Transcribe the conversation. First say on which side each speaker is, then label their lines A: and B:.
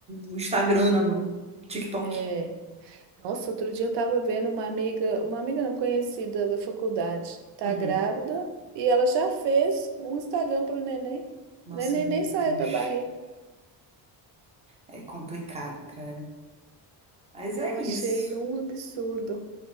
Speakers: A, on the right (about 15°); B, on the right (about 70°).
A: o Instagram na mão, TikTok.
B: É. Nossa, outro dia eu tava vendo uma amiga, uma amiga não conhecida da faculdade, tá
A: Uhum.
B: grávida e ela já fez um Instagram pro neném.
A: Nossa,
B: O neném
A: meu
B: nem saiu
A: Deus.
B: da barriga.
A: É complicado, cara. Mas
B: Eu
A: é
B: achei
A: isso.
B: um absurdo.